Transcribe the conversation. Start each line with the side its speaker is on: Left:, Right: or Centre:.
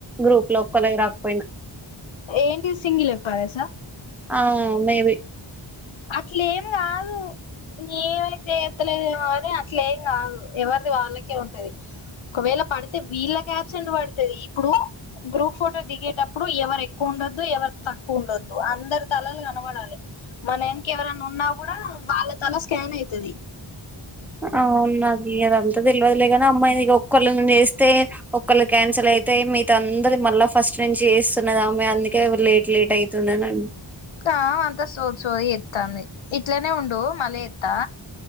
Centre: గ్రూప్ లో ఒక్కలాయి రాకపోయినా.
Left: ఏంటి సింగిల్ ఎఫ్. ఆర్. ఎస్స
Centre: ఆవ్ మేబి
Left: అట్లేం గాదు. ఏమైతే ఏత్తలేదేమో గాని అట్లే ఏం గాదు. ఎవర్ది వాళ్ళకే ఉంటది. ఒకవేళ పడితే వీళ్ళకి అబ్సెంట్ పడుతది. ఇప్పుడు గ్రూప్ ఫోటో దిగేటప్పుడు ఎవరు ఎక్కువ్ వుండదు, ఎవర్ తక్కువ ఉండద్దు. అందరి తలల్ కాన్ నబడాలే. మనెంక్ ఎవరైనా ఉన్నా కూడా వాళ్ళ తల స్కాన్ అయితది.
Centre: అవున్నది అదంతా తెల్వదులేగాని. అమ్మాయిని ఇగ ఒక్కోళ్ళగాన్ చేస్తే. ఓ ఒకక్కళ్ళ క్యాన్సిల్ అయితే. మీగ్త అందర మళ్ళా ఫస్ట్ నుంచి చేస్తున్నగామై. అందుకే ఎవర్ లేట్ లేట్ అయితుందనన్ అన్
Left: కా అంతా సో సోది చేత్తాంది ఇట్లనే ఉండు మళ్ళీ ఎత్తా